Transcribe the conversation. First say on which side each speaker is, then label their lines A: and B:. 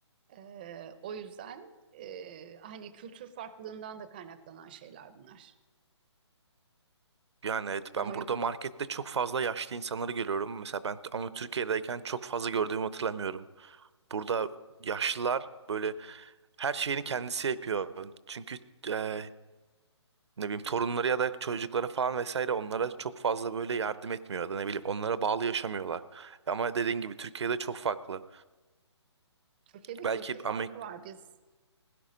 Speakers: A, on the right; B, on the right.
A: ee, o yüzden e, hani kültür farklılığından da kaynaklanan şeyler bunlar.
B: Yani evet
A: Ama
B: ben burada
A: y-
B: markette çok fazla yaşlı insanları görüyorum. Mesela ben ama Türkiye'deyken çok fazla gördüğümü hatırlamıyorum. Burada yaşlılar böyle her şeyini kendisi yapıyor. Çünkü e, ne bileyim torunları ya da çocuklara falan vesaire onlara çok fazla böyle yardım etmiyor ya da ne bileyim onlara bağlı yaşamıyorlar. Ama dediğin gibi Türkiye'de çok farklı.
A: Türkiye'de
B: Belki
A: kültür farkı
B: Amerik
A: var. Biz